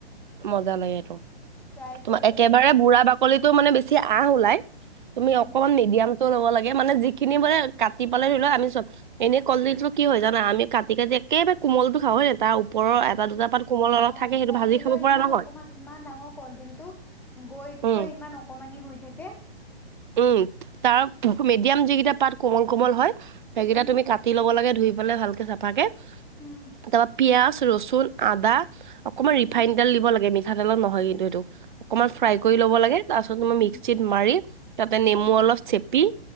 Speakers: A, on the right (about 50°); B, in the centre.
A: মজা লাগে এইটো
B: ট্ৰাই
A: তোমাৰ
B: কৰিব
A: একেবাৰে
B: লাগিব এবাৰ।
A: বুঢ়া বাকলিটো। মানে বেছি আহ ওলাই তুমি
B: উম।
A: অকন মান মিডিয়াম ল'ব লাগে মানে যিখিনি বোলে কাটি পালেই লও আমি চব এনে কলদিলো কি হয় জানা আমি কাটি-কাটি একেবাৰে কোমলটো খা হয় ন তাৰ ওপৰটা দুটা পাত কোমল অলপ
B: উ
A: থাকে সেইটো
B: কলডিলৰ
A: ভাজি খাব পৰা
B: ইমান
A: নহয়
B: অকমান ইমান ডাঙৰ কলডিলটো বৈ
A: উম
B: থৈ ইমান অকমানি হৈ থাকে।
A: উম, তাৰ মিডিয়াম যিকেইটা পাত কোমল-কোমল হয় সেইকেইটা
B: উম,
A: তুমি কাটি ল'ব লাগে ধুই ধুই পেলাই ভাল কে সাফাকে
B: উম,
A: তাৰপিছত পিয়াজ, ৰচুন, আদা, অকণমান ৰিফাইন
B: উম,
A: তেল দিব লাগে মঠতেলত নহয় কিন্তু এইটো অকণমান ফ্ৰাই
B: অ',
A: কৰি ল'ব লাগে তাৰপাছত মই
B: উম,
A: মিক্সিত মাৰি তাতে নেমু
B: উম,
A: অলপ চেপ, পি